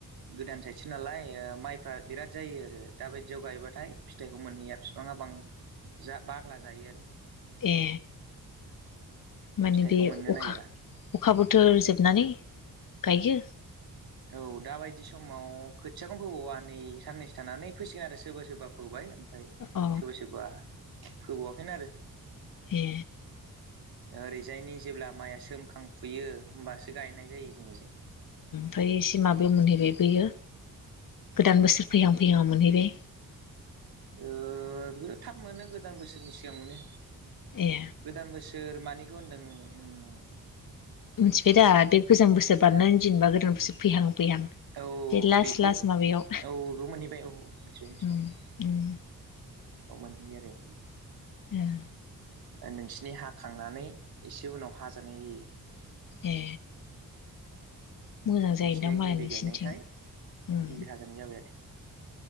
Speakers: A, on the right; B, on the left.
A: गोदान साइद मथि नालाय माइफ्रा बिराद जायो आरो। दा बायदियाव गायोबाथाय फिथाइखौ मोनहैया बिफाङा बां बाग्ला जायो आरो।
B: ए। माने
A: फिथाइखौ
B: बे
A: मोननो
B: अखा
A: नागिरा
B: अखा बोथोर जोबनानै? गाइयो
A: औ दाबायदि समाव खोथियाखौनो फोबावा नै साननैसो थानानै फैसिगोन आरो सोरबा सोरबा फोबाय। फ्राय
B: औ
A: सोरबा सोरबा फोबावाखैनो आरो।
B: ए
A: ओरैजायनि जेब्ला माइया सोमखांफुयो। होमबासो गायनाय जायो जोंनिजों।
B: फ्राय इसे माबायाव मोनहैगो बेबोयो। गोदान बोसोर फैहां फैहांआव मोनहैबाय।
A: ओ बिराद थाब मोनो गोदान बोसोरनि सि सिगां मोने
B: ए
A: गोदान बोसो सोर मानिखौ होनदों उम।
B: मोनथिबाय दा बे गोजाम बोसोर बारनानै जेनेबा गोदान बोसोर फैहां फैहां
A: औ
B: बे लास्ट
A: बेखौ
B: लास्ट माबायाव
A: औ बे मोनहैबाय औ मोनथिबाय मोनथिबाय
B: उम उम
A: औ औ मोनहैयो आरो।
B: ए।
A: ओ नोंसिनि हाखांनानै एसे उनाव हाजानाय
B: ए। मोजां जायदां
A: नोंसिनिया
B: माइया
A: गिबि
B: नोंसिनिथिं
A: गायनायखाय
B: उम
A: गिबि हाजानाय जाबाय आरो